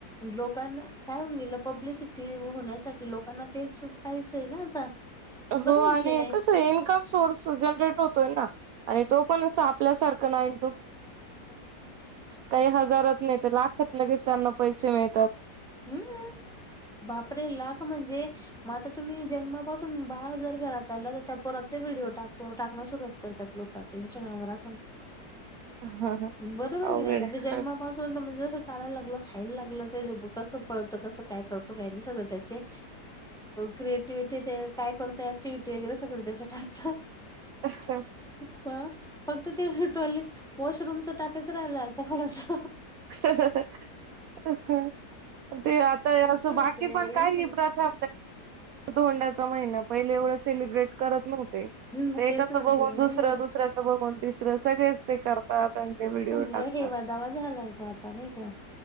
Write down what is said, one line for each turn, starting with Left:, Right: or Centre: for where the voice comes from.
Centre: लोकांना काय होऊन गेलं पब्लिसिटी होण्यासाठी लोकांना तेच पाहिचं आहे ना आता बरोबर
Right: हो आणि
Centre: की नाही
Right: कसं इन्कम सोर्स जनरेट होत तो पण आपल्या सारख नाही काही हजार नाही लाखात लगेच त्यांना पैसे मिळ
Centre: हम्म बापरे लाख म्हणजे मग आता तुम्ही जन्मापासून बाळ जर घरात आलं तर त्याोतचे व्हिडिओ टाक टाक सुरवात करतात लोकात इंस्टाग्रामवर
Right: ह
Centre: बरोबर
Right: अवघड
Centre: कि नाही
Right: आहे.
Centre: जन्मापासून तर म्हणज चालायला लागलं खायला लागलं ते कस पळत कस काय करतो काय सगळ त्याचे क्रिएटिव्हटी काय करतो एक्टिवि्हटी वगैरे सगं त्याच्या टाकत
Right: अ हा
Centre: फक्त ते टॉयलेट वॉशरूमच टाकायचं राहिलं आता डस
Right: <unintelligible> ते आता
Centre: येतोय
Right: असं बाकी
Centre: ते
Right: पण
Centre: इन्स्टंट
Right: काही ह प्रथा ोंडाचा महिना पहि एवढं सेलिब्रेट करत नव्हतं
Centre: हम्म
Right: ते एकाच
Centre: तेच म्हणते
Right: बघून
Centre: मी
Right: दुसरं दुसऱ्याच बघून तिसरं सगळेच ते करतात त्यांचे व्हिडिओ
Centre: त
Right: टाकतात.
Centre: हेवा दवा झालाय तो आता नाही का